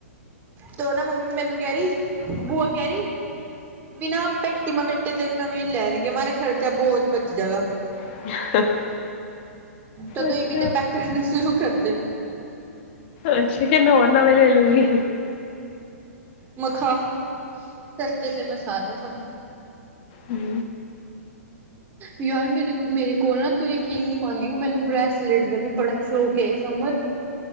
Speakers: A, on the right; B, on the left.
A: ਤੋ ਨਾ ਮੰਮੀ ਮੈਨੂੰ ਕਹਿ ਰੀ, ਬੂਆ ਕਹਿ ਰੀ ਬਿ ਨਾਂ ਪੇਟੀ ਮ ਬੇਟੇ ਤੇ ਨਵੀਂ ਲੈਣਗੇ ਮਾਰਾ ਖਰਚਾ ਬੋਤ ਬਚ ਜਾਗਾ। <unintelligible>
B: <unintelligible>
A: ਤੋ ਤੁ
B: ਅੱਛਾ
A: ਈਬ ਤੇ ਪੈਕ ਕਰਨੇ ਸ਼ੁਰੂ ਕਰਦੇ।
B: ਅੱਛਾ ਕਿ, ਮੈਂ ਹੋਰ ਨਵੇਂ ਲੇ ਲੂੰਗੀ।
A: ਮਖਾ ਸਸਤੇ ਸੇ ਮਸਾਲੇ ਸਭ।
B: ਹੂੰ।
A: ਯਾਰ ਮੇਰੇ ਮੇਰੇ ਕੋਲ ਨਾ ਤੂੰ ਯਕੀਨ ਨੀ ਮਾਨੇਗੀ, ਕਿ ਮੈਨੂੰ ਬ੍ਰੈਸਲੇਟ ਦਾ ਵੀ ਬੜਾ ਸ਼ੌਕ ਏ, ਸਮਰ।